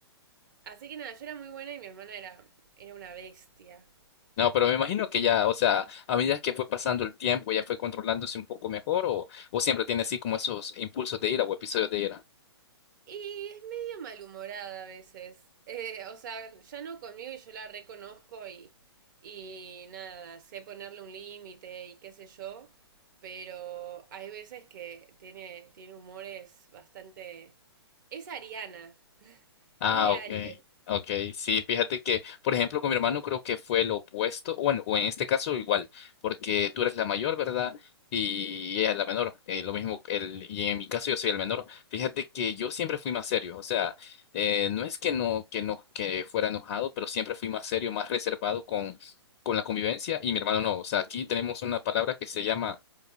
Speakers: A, on the right; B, on the left.
A: Así que nada, yo era muy buena y mi hermana era, era una bestia.
B: No, pero me imagino que ya, o sea, a medida que fue pasando el tiempo, ya fue controlándose un poco mejor o, o siempre tiene así como esos impulsos de ira o episodios de ira.
A: Y es medio malhumorada a veces. Eh, o sea, ya no conmigo y yo la reconozco y, y nada, sé ponerle un límite y qué sé yo, pero hay veces que tiene, tiene humores bastante... Es Ariana, <laughs>
B: Ah,
A: es de
B: ok,
A: Aries,
B: ok, sí, fíjate que, por ejemplo, con mi hermano creo que fue lo opuesto, bueno, o en este caso igual, porque tú eres la mayor, ¿verdad? Y ella es la menor, eh, lo mismo, el, y en mi caso yo soy el menor, fíjate que yo siempre fui más serio, o sea, eh, no es que no, que no, que fuera enojado, pero siempre fui más serio, más reservado con, con la convivencia, y mi hermano no, o sea, aquí tenemos una palabra que se llama